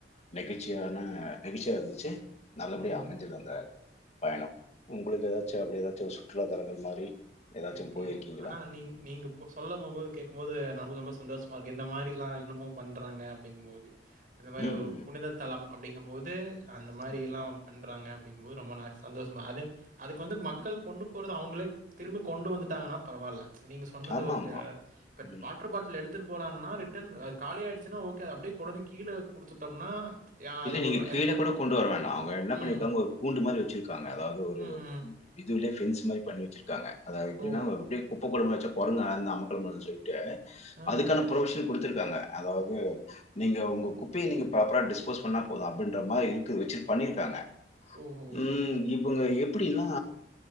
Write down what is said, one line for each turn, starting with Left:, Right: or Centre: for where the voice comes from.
Left: நெகழ்ச்சியான நெழ்ச்சியா இருந்துச்சு நல்லபடியா
Right: ம் ம்
Left: அமஞ்சது அந்த பயணம் உங்களுக்கு ஏதாச்சு அப்டி ஏதாச்சு சுற்றுலா தலங்கள் மாரி ஏதாச்சும்
Right: இருக்கு
Left: போயிருக்கீங்களா?
Right: ஆனா நீங் நீங்க இப்போ சொல்ல போம் போது கேட்கும் போது நம்ப ரொம்ப சந்தோஷமா இருக்கு இந்த மாரிலாம் இன்னமும் பண்றாங்க அப்டிங்கும் போது அந்த மாரி
Left: ம்,
Right: ஒரு
Left: ம்,
Right: புனித தலம் அப்டிங்கும் போது அந்த மாரி
Left: ம்,
Right: எல்லாம் பண்றாங்க அப்டிங்போது ரொம்ப சந்தோஷமா அது அதுக்கு வந்து மக்கள்
Left: ம்.
Right: கொண்டு போறது அவங்ளே திரும்ப கொண்டு வந்துட்டாங்கன்னா பரவாயில்ல நீங்க சொன்னது
Left: ஆமாமா.
Right: ஓகே பட்
Left: ம்.
Right: வாட்டரு பாட்டில் எடுத் துட்டு போறாங்கன்னா ரிட்டன் காலி ஆயிச்சுன்னா ஓகே அப்படியே கொழந்த கீழே குடுத்துட்டோம்னா யா
Left: இல்ல
Right: அது
Left: நீங்க
Right: ஒண்ணு
Left: கீழே
Right: என்
Left: கூட கொண்டு வர வேண்டாம் அவங்க என்ன
Right: ம்.
Left: பண்ணிருக்காங்க ஒரு கூண்டு மாரி வெச்சிருக்க ங்கா அதாவது ஒரு
Right: ம், ம்.
Left: இது உள்ளே பிண்ஸ் மாரி பண்ணி வெச்சிருக்காங்க அத எப்படினா
Right: ஓ!
Left: அப்டியே கூப்ப குடும்ப வச்ச குரங்கு அந்த அமக்கலம் பண்ணு சொல்லிட்டு
Right: ஆ.
Left: அதுக்கான பிர்மிஷன் கொடுத்திருக்காங்க அதாவது நீங்க உங்க குப்பையை நீங்க ப்ராப்பரா டிஸ் போஸ் பண்ணா போதும் அப்டின்ற மாரி இருக்கு வெச்சு பண்ணிருக்காங்க
Right: ஓஹோ!
Left: ம் இவங்க எப்டின்னா